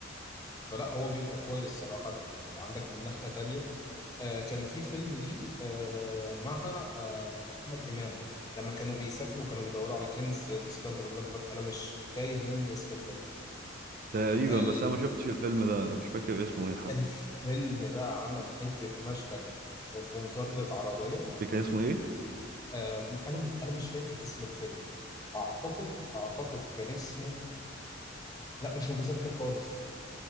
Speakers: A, on the left; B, on the right.
A: فلا هو بيبقى كويس صراحه يعني وعندك من ناحيه تانية آه كان في فيلم ليه آه مع آه احمد امام لما كانوا بيسافروا وكانوا بيدوروا على كنز الاسكندر الاكبر انا مش تايه مني اسم
B: تقريبا
A: الفيلم
B: بس انا ما شفتش الفيلم ده مش فاكر اسمه ايه حتى
A: الفيلم ده عمل حتة مشهد في في مطاردة عربية
B: ده كان اسمه ايه
A: آه، أنا أنا مش فاكر اسم الفيلم أعتقد أعتقد كان اسمه لا مش متذكر خالص